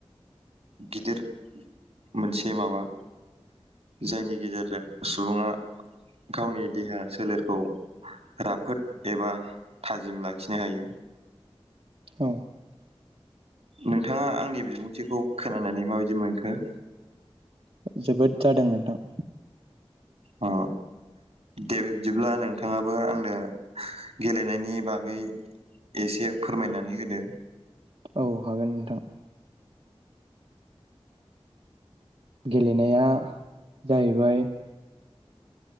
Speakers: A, on the right; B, on the right.
A: गिदिर मोनसे माबा जायनि गेजेरजों सुबुङा गावनि देहा सोलेरखौ राफोद एबा थाजिम लाखिनो हायो।
B: औ
A: नोंथाङा आंनि बिबुंथिखौ खोनानानै माबायदि मोनखो?
B: जोबोद जादों नोंथां।
A: अ दे बिब्दिब्ला नोंथाङाबो आंनो गेलेनायनि बागै एसे फोरमायनानै होदो।
B: औ हागोन नोंथां। गेलेनाया जाहैबाय